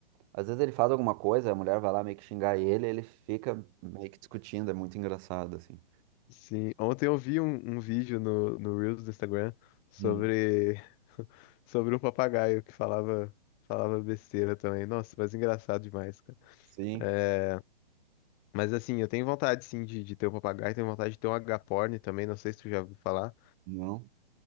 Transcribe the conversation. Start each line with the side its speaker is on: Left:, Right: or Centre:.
Right: Às vezes ele faz alguma coisa, a mulher vai lá meio que xingar ele, ele fica meio que discutindo, é muito engraçado, assim.
Left: Sim, ontem eu vi um, um vídeo no, no Reels do Instagram sobre,
Right: Hum.
Left: <laughs> sobre um papagaio que falava, falava besteira também. Nossa, mas engraçado demais, cara.
Right: Sim,
Left: É, mas assim, eu tenho vontade sim de, de ter um papagaio, tenho vontade de ter um agaporni também, não sei se tu já ouviu falar.
Right: não,